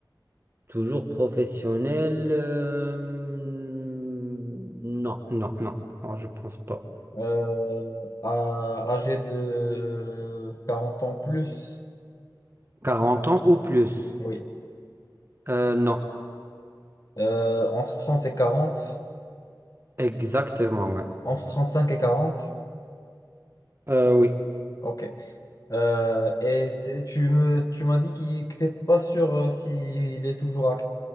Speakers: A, on the right; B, on the left.
A: toujours professionnel. euh, hmm, Non, non, non, non, je pense pas.
B: euh, à- âgé de 40 ans plus,
A: 40 ans ou plus.
B: oui,
A: Euh, non,
B: Euh, entre trente et quarante
A: exactement, ouais.
B: entre trente cinq et quarante
A: Euh, oui.
B: ok. Euh, et t'es- tu me, tu m'as dit qu'il, que t'es pas sûr euh, s'il est toujours act-